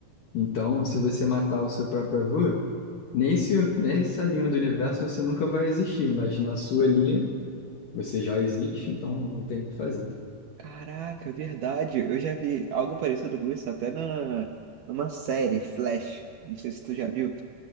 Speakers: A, on the left; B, on the right.
A: Então, se você matar o seu próprio avô, nesse, nessa linha do universo você nunca vai existir, mas na sua linha Você já existe, então não tem o que fazer.
B: Caraca, verdade. Eu já vi algo parecido com isso até na, numa série, Flash. Não sei se tu já viu,